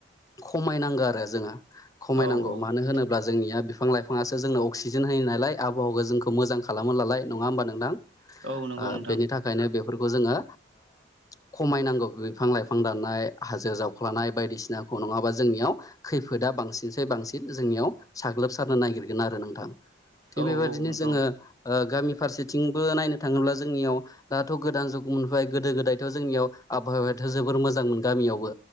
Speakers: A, on the left; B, on the right.
A: खमायनांगो आरो जोङो। खमायनांगौ
B: औ
A: मानो होनोब्ला जोंनिया बि बिफां लाइफाङासो जोंनो अक्सिजेन होयो नालाय आबहावाखौ जोंखौ मोजां खालामोलालाय नङा होमबा नोंथां
B: औ औ नंगौ
A: आ
B: नोंथां
A: बेनि थाखायनो बेफोरखौ जोङो ओ खमायनांगौ बिफां लाइफां दाननाय हाजो जावख्लानाय बायदिसिनाखौ नङाबा जोंनियाव खैफोदा बांसिनसाय बांसिन जोंनियाव साग्लोबसारनो नागिरगोन आरो नोंथां। थिग
B: औ
A: बेबादिनो
B: नंगौ
A: जोङो ओ गामिफो फारसेथिंबो नायनो थाङोब्ला जोंनियाव दाथ' गोदान जुग मोनफाबाय गोदो गोदायथ' जोंनियाव आबहावायाथ' जोबोर मोजांमोन गामियावबो